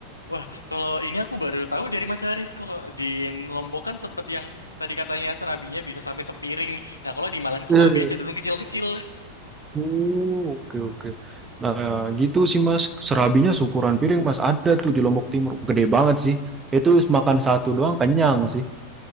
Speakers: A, on the left; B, on the right.
A: Wah, kalau ini aku baru tahu dari Mas Haris. Kalau di Lombok kan sempet yang tadi katanya serabinya bisa sampai sepiring. Nah, kalau di Malang itu
B: Eh,
A: serabinya cenderung kecil-kecil.
B: Oh, oke oke. Nah, gitu sih Mas, serabinya seukuran piring Mas ada tuh di Lombok Timur, gede banget sih. Itu makan satu doang kenyang sih.